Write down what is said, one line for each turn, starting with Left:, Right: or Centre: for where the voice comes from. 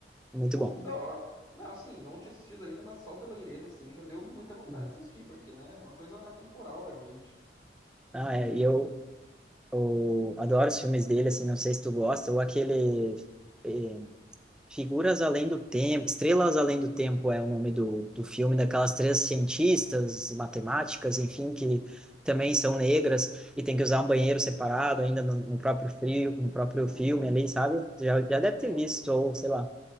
Centre: É Muito
Left: pô,
Centre: bom.
Left: que da hora. Não, assim, não tinha assistido ainda, mas só pela enredo, assim, já deu muita vontade
Centre: Uhum.
Left: de assistir, porque, né, é uma coisa atemporal, realmente.
Centre: Ah,
Left: E,
Centre: é, e eu, eu adoro os filmes dele, assim, não sei se tu gosta, ou aquele... eh, Figuras Além do Tempo, Estrelas Além do Tempo é o nome do, do filme daquelas três cientistas, matemáticas, enfim, que também são negras e tem que usar um banheiro separado ainda no, no próprio frio, no próprio
Left: hum,
Centre: filme ali, sabe? Já, já deve
Left: eu,
Centre: ter visto, ou sei lá,